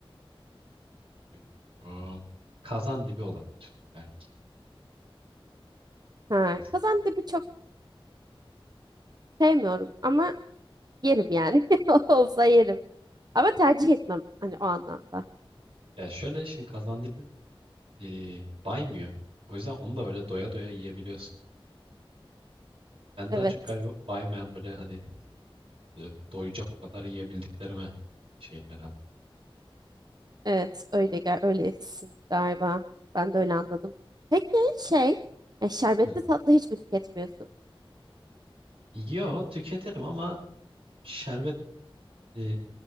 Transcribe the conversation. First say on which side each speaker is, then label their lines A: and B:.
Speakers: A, on the right; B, on the right.
A: Bilmiyorum. Kazandibi olabilir belki.
B: Ha,
A: Basarım.
B: kazandibi çok sevmiyorum ama Yerim yani. <laughs> Olsa yerim. Ama tercih etmem hani o anlamda.
A: Ya şöyle şimdi Kazandibi eee baymıyor. O yüzden onu da böyle doya doya yiyebiliyorsun. Ben
B: Evet.
A: daha çok galiba baymayan böyle hani Böyle doyacak kadar yiyebildiklerime şeyim herhalde.
B: Evet, öyle gel öylesin galiba. Ben de öyle anladım. Peki şey, e, şerbetli
A: Hı.
B: tatlı hiç mi tüketmiyorsun?
A: Yo tüketirim ama şerbet e,